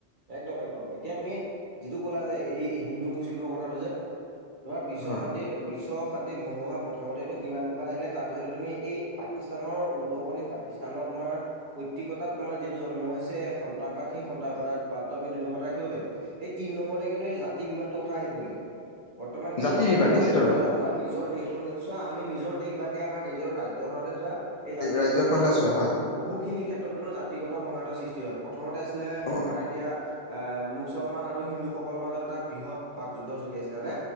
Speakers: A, on the right; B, on the left.
A: একদম একদম এতিয়া তুমি যিটো ক'লা যে এই হিন্দু মুছলিমৰ কথাটো যে, তোমাৰ বিশ্ব
B: হয়
A: শান্তিত বিশ্ব শান্তি ভংগ হোৱা প্ৰথমতেটো সীমা বিবাদ আহিলে তাৰপিছতে তুমি এই পাকিস্তানৰ উদগণিত পাকিস্তা স্থানৰ তোমাৰ পৈতিকতাত তোমাৰ যিটো জন্ম হৈছে স সবাদ সেই সন্তাসবাদত বাটটো আম দুই নম্বৰত ৰাখিব পাৰিম। এই তিনি নম্বৰতে কিন্তু এই জাতি-বিবাদটোৰ কথা আহি পৰিলে। বৰ্তমান কিন্তু
B: জাতি
A: বৰ্তমান
B: বিবাদ নিশ্চিতভাৱে
A: সময়ত আমাৰ নিজৰ দেশখন চোৱা, আমি নিজৰ দেশ বাদ দিয়া আমাৰ নিজৰ ৰাজ্যখনতে চোৱা এই জাতিগত
B: ৰাজ্যখনলৈ
A: কিন্তু
B: চোৱা হয়
A: বহুখিনি ক্ষেত্ৰত কিন্তু জাতিগত সংঘাতৰ সৃষ্টি হয়। প্ৰথমতে আছিলে
B: অ
A: তোমাৰ এতিয়া আ, মুছলমান আৰু হিন্দুসকলৰ মাজত এটা বৃহৎ বাক যুদ্ধ চলি আছে যেনে,